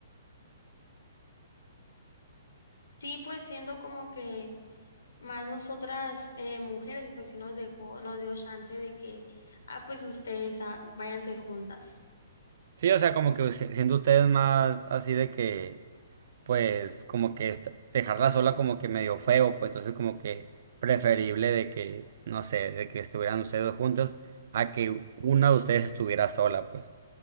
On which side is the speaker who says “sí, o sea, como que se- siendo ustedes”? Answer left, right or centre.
Right